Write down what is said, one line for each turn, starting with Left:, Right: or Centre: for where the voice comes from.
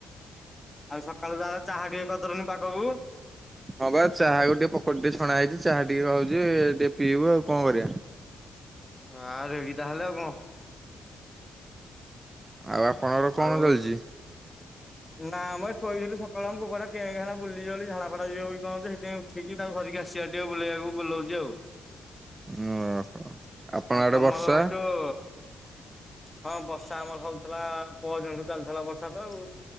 Left: ଆଉ ସକାଳୁ ତାହେଲେ ଚାହା ଟିକେ କରିଦେଲନି ପାାଗକୁ?
Right: ହଁ ବା ଚାହାକୁ ଟିକେ ପକଡି ଟିକେ ଛଣା ହେଇଛି ଚାହା ଟିକେ ଖାଉଛି ଟିକେ ପିଇବୁ ଆଉ କଣ କରିବା।
Left: ହଁ ରେଡି ତାହେଲେ ଆଉ କଣ।
Right: ଆଉ ଆପଣଙ୍କର କଣ
Left: ଆଉ
Right: ଚାଲିଛି
Left: ନା ମ ଶୋଇଥିଲି ସକାଳେ ଆମ କୁକୁର ଟା କେଁ କେଁ ହେଲା ବୁଲି ଯୁବ ବୋଲି ଝାଡା ଫାଡା ଯିବ କି କଣ ଯେ ହେଥିପାଇଁ ଉ ଠିକି ତାକୁ ଧରିକି ଆସିଚିଭାରି ଟିକେ ବୁଲେଇବାକୁ। ବୁଲୋଉଛି ଆଉ।
Right: ଓହୋ। ଆପଣ
Left: ଆଉ
Right: ଆଡେ
Left: ତମର
Right: ବର୍ଷା
Left: ଭାଇ ଯୋଉ ହଁ ବର୍ଷା ଆମର ହଉଥିଲା ପଅ ଦିନଠୁ ଚାଲିଥିଲା ବର୍ଷା ତ ଆଉ।